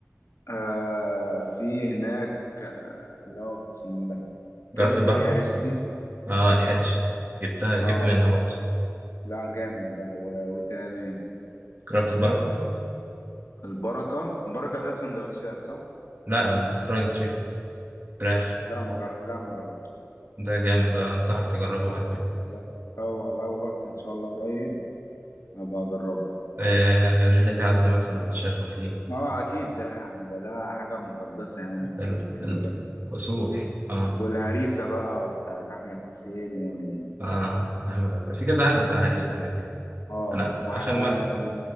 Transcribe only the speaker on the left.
آه في هناك آه، اللي هو اسمه إيه ده
كبدة
الحارس دي
اه
لا جامد ده و... وتاني
البركة البركة ده سندوتشات صح؟
لا ما مجر... لا ما جربته
لا هو لو رحت إن شاء الله قريب أبقى أجربه
اه اكيد ده يعني ده ده حاجه مقدسه يعني
في
اسكندريه
والهريسه بقى بتاعت احمد حسين وال
اه
وح...
اسمه